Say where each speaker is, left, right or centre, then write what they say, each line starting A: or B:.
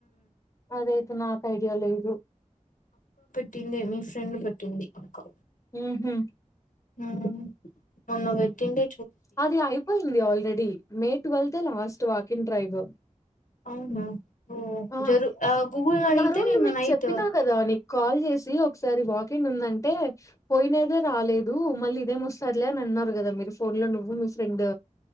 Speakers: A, on the left (about 25°); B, on the left (about 85°).
A: అదైతే నాకు ఐడియా లేదు
B: పట్టింది మీ ఫ్రెండ్ పట్టింది ఇంకా
A: ఉహు
B: ఉహు మొన్న పెటింటి
A: అది అయిపోయింది already May twelfth last walk in drive
B: అవునా ఓ
A: ఆ
B: జరు గూగుల్ నడిగితే
A: నరుణ్
B: నిన్న
A: మీకు
B: నైట్
A: చెప్పినా కదా నీకు కాల్ చేసి ఒకసారి వాకింగ్ ఉందంటే పోయినదే రాలేదు మళ్ళీ ఇదేంవోస్తాదిలే అని అన్నారు కదా మీరు ఫోన్ లో నువ్వు మీ ఫ్రెండ్